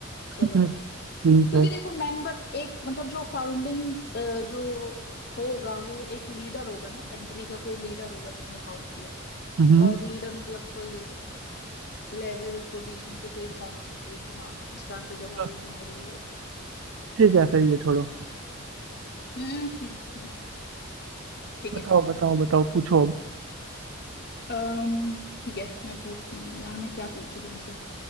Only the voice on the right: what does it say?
<laughs>
ठीक
है
हम्म
तो
ठीक है सही है छोड़ो
बताओ
बताओ बताओ पूछो अब